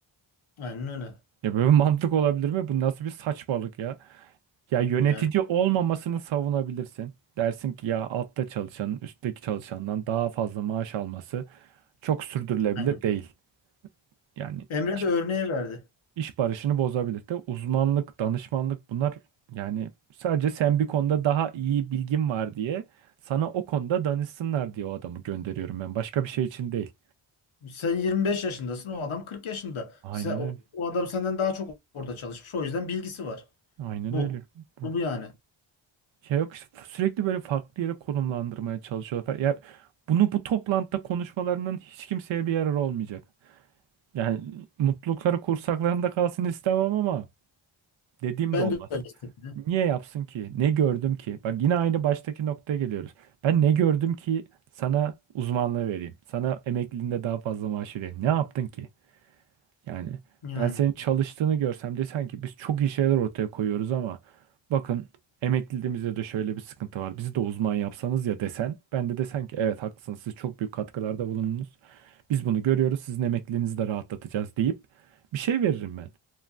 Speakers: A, on the left (about 70°); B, on the right (about 65°).
A: aynen öyle.
B: Ya böyle bir mantık olabilir mi? Bu nasıl bir saçmalık ya? Ya yönetici
A: Yani
B: olmamasını savunabilirsin. Dersin ki ya altta çalışanın üstteki çalışandan daha fazla maaş alması çok sürdürülebilir
A: aynen.
B: değil. Yani
A: Emre
B: iş,
A: de örneği verdi.
B: iş barışını bozabilir de uzmanlık, danışmanlık bunlar yani sadece sen bir konuda daha iyi bilgin var diye sana o konuda danışsınlar diye o adamı gönderiyorum ben. Başka bir şey için değil.
A: Sen 25 yaşındasın, o adam 40 yaşında.
B: Aynen
A: Sen, o,
B: öyle.
A: o adam senden daha çok orada çalışmış. O yüzden bilgisi var.
B: Aynen
A: Bu.
B: öyle. Bu
A: Bu, bu yani.
B: Ya yok işte sürekli böyle farklı yere konumlandırmaya çalışıyorlar. falan. Ya bunu bu toplantıda konuşmalarının hiç kimseye bir yararı olmayacak. Yani mutlulukları kursaklarında kalsın istemem ama dediğim
A: Ben
B: de olmaz.
A: de öyle istedim.
B: Niye yapsın ki? Ne gördüm ki? Bak yine aynı baştaki noktaya geliyoruz. Ben ne gördüm ki sana uzmanlığı vereyim. Sana emekliliğinde daha fazla maaş vereyim. Ne yaptın ki? Yani
A: Yani
B: ben senin çalıştığını görsem desen ki biz çok iyi şeyler ortaya koyuyoruz ama bakın emekliliğimizde de şöyle bir sıkıntı var. Bizi de uzman yapsanız ya desen. Ben de desem ki evet haklısınız siz çok büyük katkılarda bulundunuz. Biz bunu görüyoruz sizin emekliliğinizi de rahatlatacağız deyip bir şey veririm ben.